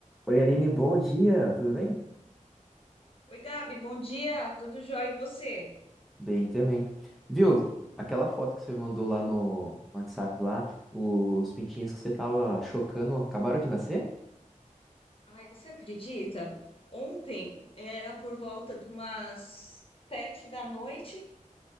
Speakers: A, in the centre; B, on the left.
A: Oi, Aline, bom dia, tudo bem?
B: Oi, Gabi, bom dia, tudo jóia e você?
A: Bem também. Viu, aquela foto que você mandou lá no WhatsApp lá, os pintinhos que você tava chocando acabaram de nascer?
B: Ai, você acredita? Ontem era por volta de umas sete da noite,